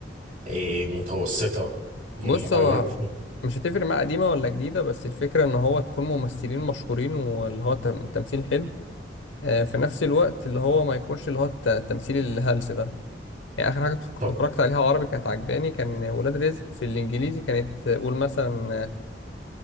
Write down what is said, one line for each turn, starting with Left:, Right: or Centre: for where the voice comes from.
Right: إيه متوسطة يعني
Left: بص
Right: عرفني
Left: هو مش هتفرق مع قديمة ولا جديدة بس الفكرة ان هو تكون ممثلين مشهورين واللي هو تم- تمثيل حلو آه، في نفس الوقت اللي هو ما يكونش اللي هو الت- التمثيل الهلس ده يعني اخر حاجة كنت
Right: طب
Left: اتفرجت عليها عربي كانت عجباني كان ولاد رزق في الانجليزي كانت آه، قول مثلا آه،